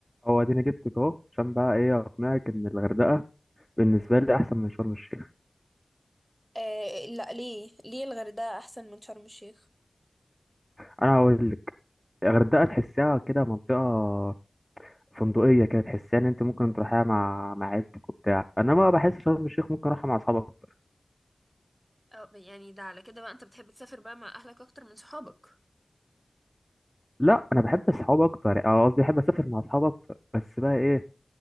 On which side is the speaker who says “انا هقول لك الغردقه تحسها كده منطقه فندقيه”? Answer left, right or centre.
Centre